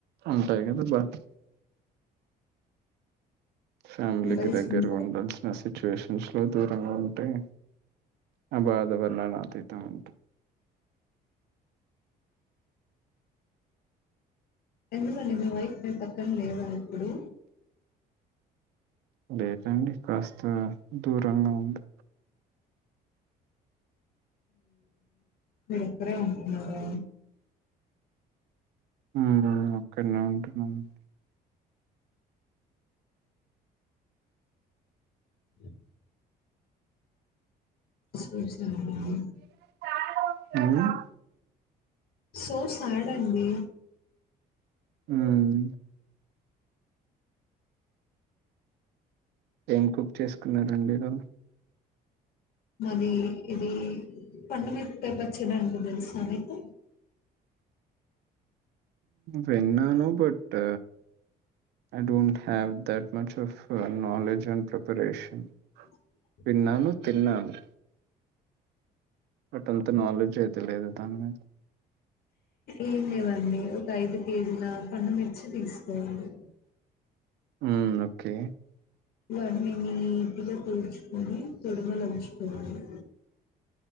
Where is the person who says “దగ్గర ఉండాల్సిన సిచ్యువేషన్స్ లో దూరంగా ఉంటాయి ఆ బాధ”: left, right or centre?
Right